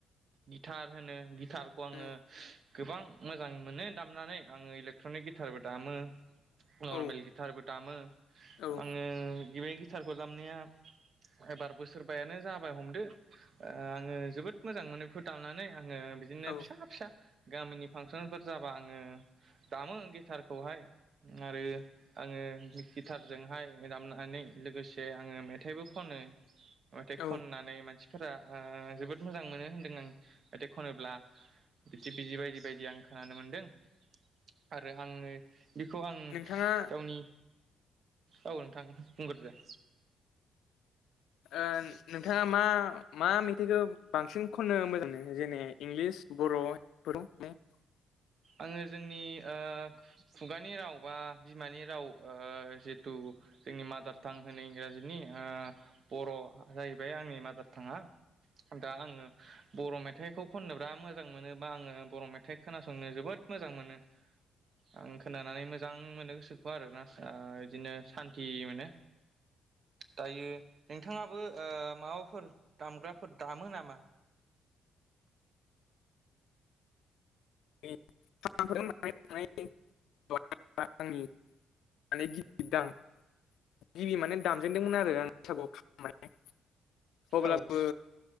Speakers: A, on the right; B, on the left.
A: गिथार होनो गिथारखौ आङो
B: उम
A: गोबां मोजां मोनो दामनानै आङो इलेक्ट्रनिक गिटारबो दामो नर्मेल
B: औ
A: गिथारबो दामो
B: औ
A: आङो बेबायदि गितारखौ दामनाया एबार बोसोरबायानो जाबाय हमदो आङो जोबोद मोजां मोनो बेखौ दामनानै आङो बिदिनो
B: औ
A: फिसा फिसा गामिनि फांसनफोर जाबा आङो दामो गिटारखौहाय आरो आङो गिटारजोंहाय दामनानै लोगोसे आङो मेथाइबो खनो मेथाइ
B: औ
A: खननानै मानसिफोरा जोबोद मोजां मोनो होनदों आं मेथाइ खनोब्ला बिदि बिजि बायदि बायदि आं खोनानो मोन्दों आरो आङो बेखौ आं
B: नोंथाङा
A: गावनि औ नोंथां बुंग्रोदो
B: ओ नोंथाङा मा मा मेथाइखौ बांसिन खननो मोजां मोनो जेने इंलिस बर'फोर <unintelligible>
A: आङो जोंनि ओ खुगानि राव बा बिमानि राव जिथु जोंनि मादार टां होनो इंराजिनि बर' जाहैबाय आंनि मादार थाङा दा आङो बर' मेथाइखौ खननो बिराद मोजां मोनो बा आङो बर' मेथाइ खोनासंनो जोबोद जोबोद मोजां मोनो आं खोनानानै मोजां मोननो गोसोखौ आरोना बिदिनो सान्थि मोनो दायो नोंथाङाबो ओ माबाफोर दामग्राफोर दामो नामा
B: <unintelligible> <unintelligible> गिबि माने दामजेनदोंमोन आरो आं बैसागुआव खाम माने अब्लाबो
A: औ